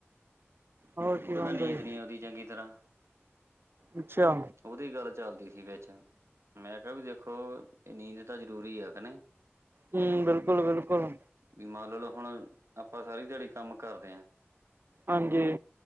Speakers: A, on the right; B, on the right.
A: ਹੋਰ ਕੀ
B: ਉਹ ਕੇਦਾ
A: ਬਣਦਾ
B: ਨੀਂਦ
A: ਜੀ
B: ਨੀ ਉਹਦੀ ਚੰਗੀ ਤਰ੍ਹਾਂ।
A: ਅੱਛਾ
B: ਉਹਦੀ ਗੱਲ ਚੱਲਦੀ ਸੀ ਵਿਚ। ਮੈਂ ਕਿਹਾ ਵੀ ਦੇਖੋ ਨੀਂਦ ਤਾਂ ਜ਼ਰੂਰੀ ਆ ਕ ਨਹੀਂ।
A: ਹੂੰ ਬਿਲਕੁਲ ਬਿਲਕੁਲ।
B: ਵੀ ਮੰਨ ਲਓ, ਹੁਣ ਆਪਾਂ ਸਾਰੀ ਦਿਹਾੜੀ ਕੰਮ ਕਰਦੇ ਆ।
A: ਹਾਂਜੀ।